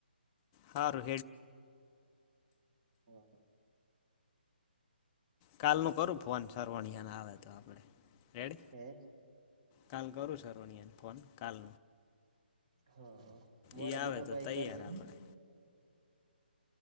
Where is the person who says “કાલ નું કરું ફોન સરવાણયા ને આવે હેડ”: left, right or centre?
Left